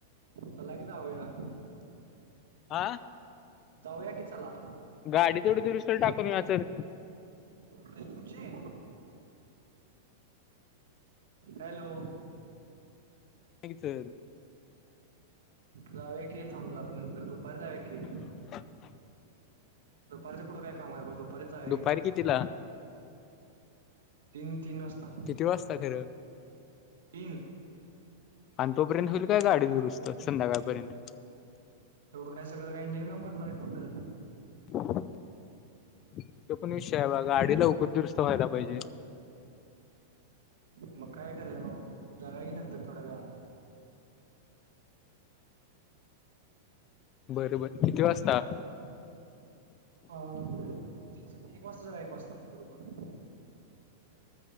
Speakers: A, on the right (about 85°); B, on the left (about 35°).
A: चला की जाऊया.
B: आ?
A: जाऊया की चला.
B: गाडी तेवढडी दुरुस्तीला टाकून याचं तिथं.
A: <unintelligible> तुमची हाय? हॅलो.
B: घे की चल.
A: जाऊया की थांब जरा नंतर दुपारी जाऊया की.
B: <inaudible>
A: दुपारच्या पुढं काय काम आहे? <unintelligible> की
B: दुपारी कितीला?
A: तीन-तीन वाजता.
B: किती वाजता खरं?
A: तीन.
B: आणि तोपर्यंत होईल काय गाडी दुरुस्त संध्याकाळपर्यंत?
A: एवढं काय सगळं काय इंजिन काम करणार आहे टोटल?
B: तो पण विषय आहे बा, गाडी लवकर दुरस्त व्हायला पाहिजे.
A: मग काय करुया भावा? जाऊया की नंतर थोड्या वेळानं.
B: बर बर किती वाजता?
A: अ तेच एक वाजता जाऊया एक वाजता बरोबर.